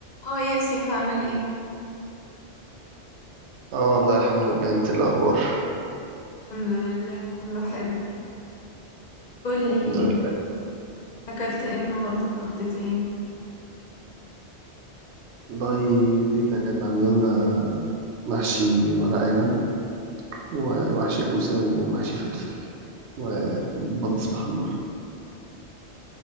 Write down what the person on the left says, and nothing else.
هاي يا سيف عامل ايه؟
الحمد لله كله حلو قولي
اكلت ايه النهارده اتغديت ايه؟